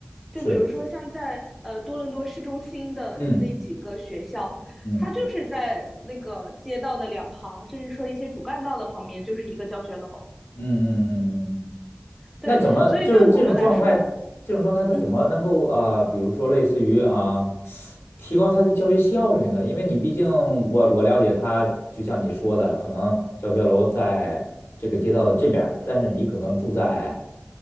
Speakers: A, in the centre; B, on the left.
A: 就比如说像在呃多伦多市中心的那几个学校，
B: 是，嗯嗯
A: 它就是在那个街道的两旁，甚至说一些主干道的旁边，就是一个教学楼。
B: 嗯嗯嗯嗯嗯。
A: 对，
B: 那怎么就是这种状态？
A: 所以对我们来说。
B: 这种状态他怎么能够啊、
A: 嗯。
B: 呃比如说类似于啊、提高他的教学效率呢？因为你毕竟我我了解他，就像你说的，可能教学楼在这个街道的这边儿但是你可能住在